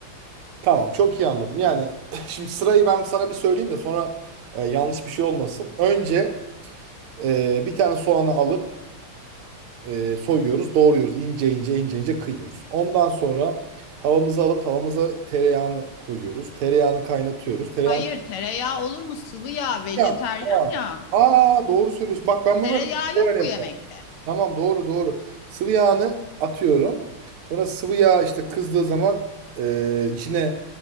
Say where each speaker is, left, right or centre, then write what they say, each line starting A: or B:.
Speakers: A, on the right (about 80°); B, on the left (about 85°).
A: Tamam, çok iyi anladım. Yani <laughs> şimdi sırayı ben sana bir söyleyeyim de sonra e, yanlış bir şey olmasın. Önce e, bir tane soğanı alıp e, soyuyoruz, doğruyoruz. ince ince ince ince kıyıyoruz. Ondan sonra tavamızı alıp tavamıza tereyağını koyuyoruz. Tereyağını kaynatıyoruz. Tereyağını...
B: Hayır tereyağı olur mu? Sıvı yağ, vejeteryan
A: Ya, aa,
B: ya.
A: aa, doğru söylüyorsun. Bak ben
B: Tereyağı
A: bunları böyle
B: yok bu
A: yaparım.
B: yemekte.
A: Tamam doğru doğru. Sıvı yağını atıyorum. Sonra sıvı yağ işte kızdığı zaman e, içine